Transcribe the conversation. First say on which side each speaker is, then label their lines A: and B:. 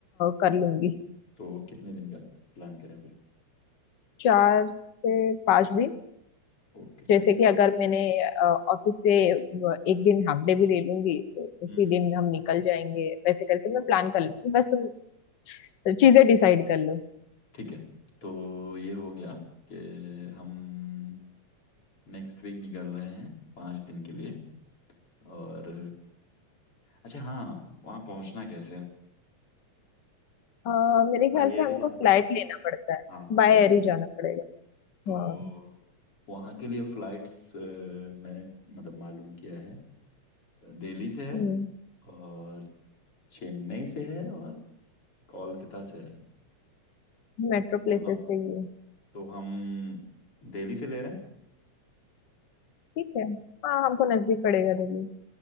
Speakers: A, on the left; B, on the left.
A: कर लूंगी
B: तो कितने दिन का प्लान करें फिर
A: चार से पांच दिन
B: ओके
A: जैसे
B: चलेगा
A: कि अगर मैंने ऑफिस से व- एक दिन हाफ डे भी ले लूंगी तो उसी
B: हम्म हम्म,
A: दिन हम निकल जाएंगे वैसे करके मैं प्लान कर लूंगी बस तुम चीजें डिसाइड कर लो
B: ठीक है तो ये हो गया कि हम नेक्स्ट वीक निकल रहे हैं पाँच दिन के लिए और अच्छा हाँ वहाँ पहुँचना कैसे है
A: अ, मेरे
B: बाई
A: ख्याल
B: एयर
A: से हमको
B: ही जाना
A: फ्लाइट
B: पड़ेगा
A: लेना पड़ता है
B: हाँ
A: बाय
B: फ्लाइट
A: एयर
B: लेना
A: ही
B: पड़ेगा
A: जाना पड़ेगा
B: तो
A: हाँ
B: वहाँ के लिए फ्लाइट्स मैंने मतलब मालूम किया है दिल्ली से है
A: हम्म
B: और चेन्नई से है और कोलकाता से है
A: मेट्रो
B: तो
A: प्लेसेस
B: हम
A: पे ही है
B: तो हम दिल्ली से ले रहे हैं
A: ठीक है हाँ हमको नजदीक पड़ेगा दिल्ली